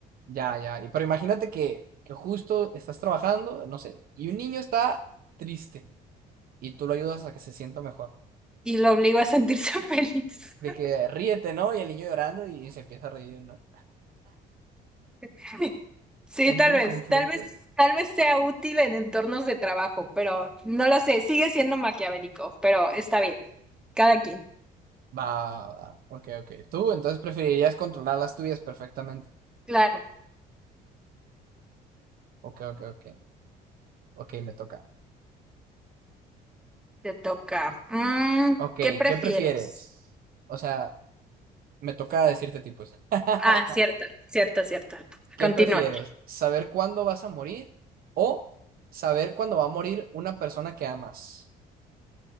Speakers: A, on the right; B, in the centre.
A: ya, ya. Y, pero imagínate que, que justo estás trabajando, no sé, y un niño está triste y tú lo ayudas a que se sienta mejor.
B: y lo obligo a sentirse <laughs> feliz.
A: De que ríete, ¿no? Y el niño llorando y se empieza a reír, ¿no?
B: <laughs> Sí,
A: entra
B: tal
A: en
B: vez,
A: conflicto.
B: tal vez, tal vez sea útil en entornos de trabajo, pero no lo sé, sigue siendo maquiavélico, pero está bien, cada quien.
A: Va, va, va. ok, ok. Tú entonces preferirías controlar las tuyas perfectamente.
B: Claro,
A: Ok, ok, ok. Ok, me toca.
B: te toca. Mm,
A: Ok,
B: ¿qué prefieres?
A: ¿qué prefieres? O sea, me toca decirte tipos. <laughs>
B: Ah, cierto, cierto, cierto.
A: ¿Qué
B: Continúa.
A: prefieres? ¿Saber cuándo vas a morir o saber cuándo va a morir una persona que amas?